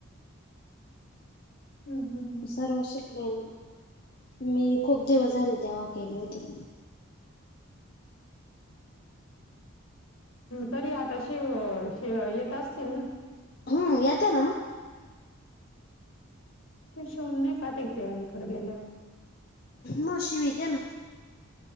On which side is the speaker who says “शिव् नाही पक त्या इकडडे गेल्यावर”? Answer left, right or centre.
Left